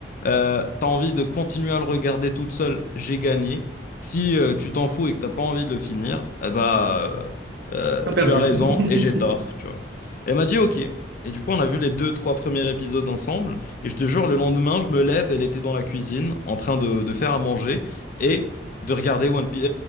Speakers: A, on the left; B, on the right.
A: euh, tu as envie de continuer à le regarder toute seule, j'ai gagné. Si euh, tu t'en fous et que t'as pas envie de le finir, eh bah, euh,
B: Pas
A: euh,
B: perdu.
A: tu as raison
B: <laughs>
A: et j'ai tort, tu vois. Elle m'a dit OK. Et du coup, on a vu les deux, trois premiers épisodes ensemble. Et je te jure, le lendemain, je me lève, elle était dans la cuisine en train de, de faire à manger et de regarder One Piece,